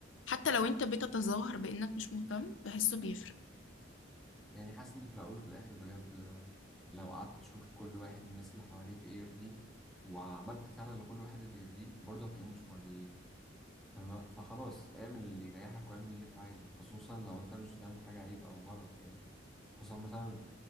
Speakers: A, on the left (about 75°); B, in the centre.
A: حتى لو انت بتتظاهر بانك مش مهتم بحسه بيفرق
B: يعني حاسس إن في الأول وفي الآخر بجد آه، لو قعدت تشوف كل واحد من الناس اللي حواليك إيه يرضيه وعملت فعلا لكل واحد اللي يرضيه برضه هتلاقيهم مش مرضيين فما- فخلاص اعمل اللي يريحك واعمل اللي انت عايزه خصوصا لو انت مش بتعمل حاجة عيب او غلط يعني خصوصا مثلا